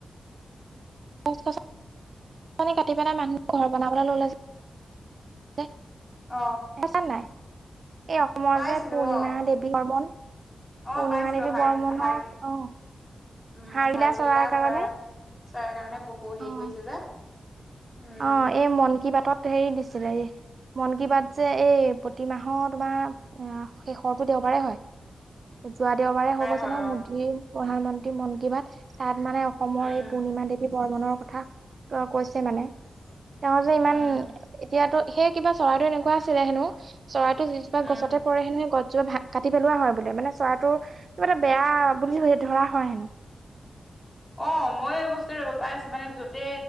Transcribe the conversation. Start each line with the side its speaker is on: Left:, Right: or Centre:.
Right: গছ, গছ, গছ-গছনি কাটি পেলাই মানুহ ঘৰ বনাবলে ল'লে যে। <unintelligible>
Left: অ
Right: বুজিছা নাই? এই অসমৰ
Left: পাইছিলো
Right: যে, পূৰ্ণিমা
Left: অ
Right: দেৱী বৰ্মন। পূৰ্ণিমা
Left: অ'! পাইছিলোঁ।
Right: দেৱী
Left: হাৰ্গ,
Right: বৰ্মনৰ
Left: হাৰ্গি উম,
Right: অ হাড়িলা
Left: হাৰ্গিল্লা
Right: চৰাইৰ কাৰণে
Left: চৰাই, চৰাই কাৰণে, পশু হেৰি
Right: অ
Left: কৰিছে যে। উম
Right: অ'! এই মন কি বাতত হেৰি দিছিলে। এ মন কি বাত যে, এই প্ৰতিমাহৰ তোমাৰ, শেষৰটো দেওবাৰে হয়। যোৱা দেওবাৰে হৈ গৈছে
Left: হয়
Right: নহয়,
Left: অ
Right: মোদীৰ প্ৰধানমন্ত্ৰী মন কি বাত। তাত মানে, অসমৰ
Left: উম
Right: এই, পূৰ্ণিমা দেৱী বৰ্মনৰ কথা কৈছে মানে। তেওঁ যে ইমান,
Left: উম
Right: এতিয়াতো, সেই কিবা চৰাইটো এনেকুৱা আছিলে হেনোঁ। চৰাইটো যি জোপা
Left: উম
Right: গছতে পৰে হেনোঁ। সেই, গছ <unintelligible> কাটি পেলোৱা হয়। বোলে মানে, চৰাইটো কিবা এটা বেয়া বুলি ধৰা হয় হেনোঁ।
Left: <inaudible> অ'! মইয়ো এই বস্তুটো পাইছোঁ। মানে, য'তে